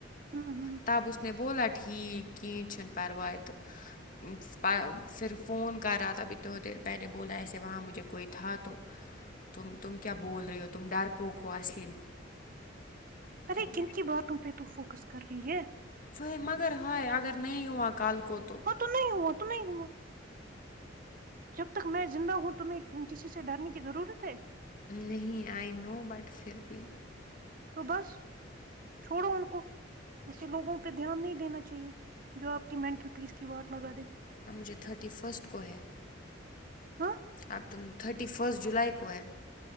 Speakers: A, on the right; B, on the left.
A: ہوں ہوں
B: تب اس نے بولا ٹھیک کین چن پروائے تو پھر فون کر رہا تھا ابھی تھوڑ دیر پہلے بولا ایسے وہاں مجھے کوئی تھا تو تم تم کیا بول رہی ہو تم ڈر پوک ہو اصلی
A: ارے
B: تم
A: کن کی باتوں پہ تو فوکس کر رہی ہے
B: وہی مگر ہے اگر نہیں ہوا کل کو تو
A: تو نہیں ہوا تو نہیں ہوا جب تک میں زندہ ہوں تمہیں کسی سے ڈرنے کی ضرورت ہے
B: نہیں آئی نو بٹ پھر بھی
A: تو بس چھوڑو ان کو ایسے لوگوں پہ دھیان نہیں دینا چاہیے جو آپ کی مینٹل پیس کی واٹ لگا دے
B: اب مجھے تھرٹی فسٹ کو ہے
A: ہاں
B: اب تم تھرٹی فسٹ جولائی کو ہے